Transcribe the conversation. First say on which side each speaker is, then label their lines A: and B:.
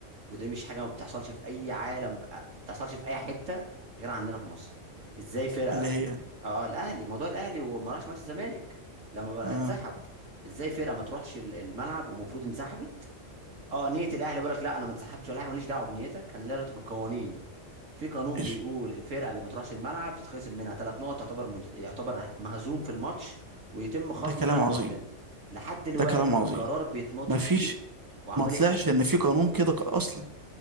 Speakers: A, on the right (about 75°); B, on the right (about 20°).
A: ودي مش حاجه ما بتحصلش في اي عالم بقى- ما بتحصلش في اي حته غير عندنا في مصر ازاي فرقه
B: اللي هي
A: اه الاهلي موضوع الاهلي وما راحش ماتش الزمالك لما بقى
B: اه
A: اتسحب ازاي فرقه ما تروحش ال- الملعب ومفروض انسحبت اه نيه الاهلي بيقول لك لا انا ما انسحبتش ولا حاجه ماليش دعوه بنيتك انا ليا دعوه بالقوانين في قانون
B: ايش
A: بيقول الفرقه اللي ما تروحش الملعب تتخصم منها ثلاث نقط يعتبر منز... يعتبر مهزوم في الماتش ويتم خصم
B: ده كلام
A: ثلاث
B: عظيم
A: نقط منه لحد دلوقتي
B: ده كلام عظيم
A: القرار بيتناطل
B: مفيش
A: فيه وعمال
B: ما طلعش
A: يقول-
B: ان في قانون كده ق- اصلا